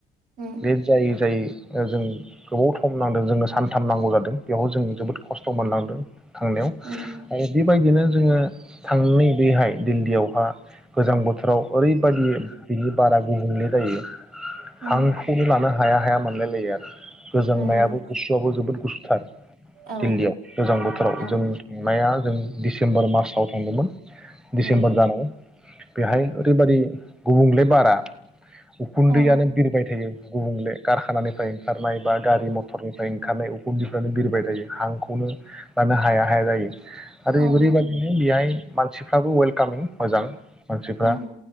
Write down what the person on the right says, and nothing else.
उम
उम
उम
उम
औ
औ
उम
औ
औ उम
उम